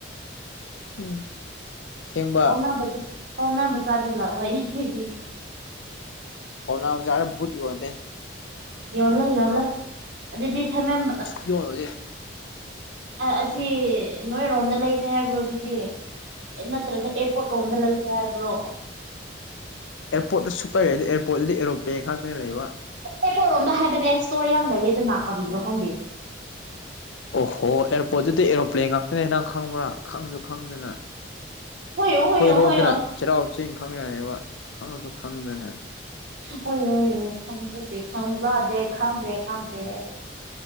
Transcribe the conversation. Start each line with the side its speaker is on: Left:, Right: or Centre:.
Left: ꯎꯝ ꯑꯁꯦꯡꯕ
Right: ꯄꯥꯎ ꯄꯥꯎꯅꯥꯕ ꯆꯥꯗꯕ ꯂꯥꯛꯑꯣ ꯍ ꯍꯥꯏꯕꯤꯒꯦ
Left: ꯄꯥꯎꯅꯥꯖꯔꯕꯨꯠ ꯌꯣꯟꯗꯦ
Right: ꯌꯟ ꯂꯩ ꯌꯟ ꯂꯩ ꯑꯗꯨꯗꯤ ꯏ ꯊꯦ ꯃꯦꯝ
Left: ꯁꯨꯛ ꯌꯣꯟ ꯍꯧꯖꯤꯛ
Right: ꯑꯁꯤ ꯅꯣꯏꯔꯣꯝꯗ ꯂꯩꯁꯦ ꯍꯥꯏꯕ꯭ꯔꯣ ꯑꯗꯨꯗꯤ ꯅꯠꯇ꯭ꯔꯒ ꯑꯦꯔꯄꯣꯔꯠ ꯂꯣꯝꯗ ꯂꯩꯒꯦ ꯍꯥꯏꯕ꯭ꯔꯣ
Left: ꯑꯦꯌꯔꯄꯣꯔ꯭ꯠꯇ ꯁꯨꯞꯂꯩ ꯂꯩꯗꯦ ꯑꯦꯌꯔꯄꯣꯔ꯭ꯠꯇꯨꯗ ꯑꯦꯔꯣꯄꯦꯟ ꯈꯛꯇꯅ ꯂꯩꯕ
Right: ꯑꯦ ꯄꯣꯔꯣꯝꯕ ꯍꯥꯏꯕꯅꯦ ꯁ꯭ꯇꯣꯔ ꯌꯥꯝ ꯂꯩꯌꯦꯗꯅ ꯀꯔꯤꯅꯣ ꯈꯪꯗꯦ
Left: ꯑꯣꯍꯣ ꯑꯦꯌꯥꯔꯄꯣꯔꯠꯇꯨꯗ ꯑꯦꯔꯣꯄ꯭ꯂꯦꯟ ꯉꯥꯛꯇꯅꯦ ꯍꯗꯪ ꯈꯪꯕ꯭ꯔꯥ ꯈꯪꯁꯨ ꯈꯪꯗꯅ
Right: ꯍꯣꯏꯌꯣ
Left: ꯑꯩꯈꯣꯏꯔꯣꯝꯗꯅ
Right: ꯍꯣꯏꯌꯣ ꯍꯣꯏꯌꯣ
Left: ꯆꯩꯔꯥꯎ ꯆꯤꯡ ꯈꯪꯉꯅꯦꯕ ꯈꯪꯁꯨ ꯈꯪꯗꯅ
Right: ꯍꯨꯏꯌꯨ ꯍꯨꯏꯌꯨ ꯈꯪꯖꯗꯦ ꯈꯪꯖꯗꯦ ꯈꯪꯗꯦ ꯈꯪꯗꯦ